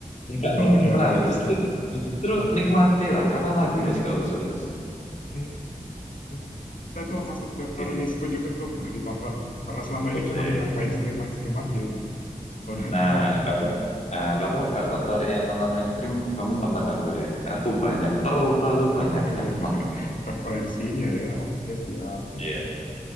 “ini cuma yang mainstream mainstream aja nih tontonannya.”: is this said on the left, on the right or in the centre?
Left